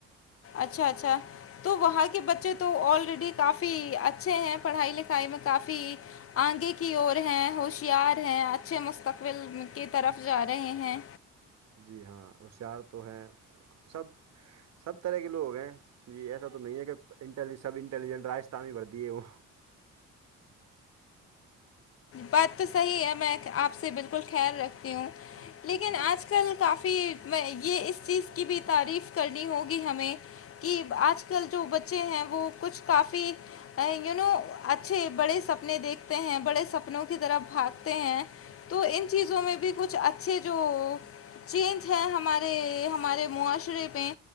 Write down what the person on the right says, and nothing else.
جی ہاں ہوشیار تو ہیں سب سب طرح کے لوگ ہیں جی ایسا تو نہیں ہے کہ انٹیلی سب انٹیلیجنٹ راجستھان میں ہی بھرتی ہو
جی